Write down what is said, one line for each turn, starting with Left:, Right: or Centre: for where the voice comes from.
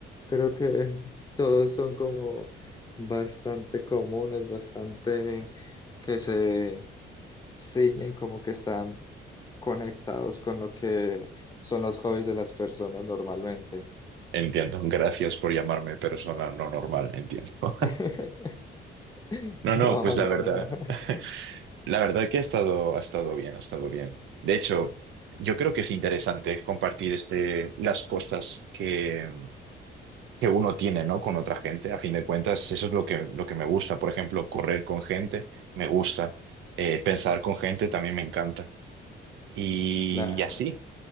Left: Creo que <laughs> todos son como bastante comunes, bastante que se ciñen, como que están conectados con lo que son los hobbies de las personas normalmente.
Right: Entiendo, <laughs> gracias por llamarme persona no normal, entiendo. <laughs>
Left: <laughs>
Right: No, no,
Left: No,
Right: pues la
Left: no,
Right: verdad.
Left: no.
Right: <laughs>
Left: <laughs>
Right: La verdad que ha estado, ha estado bien, ha estado bien. De hecho, yo creo que es interesante compartir este, las cosas que, que uno tiene, ¿no? con otra gente. A fin de cuentas, eso es lo que, lo que me gusta. Por ejemplo, correr con gente me gusta. Eh, pensar con gente también me encanta. Y,
Left: Claro.
Right: y así.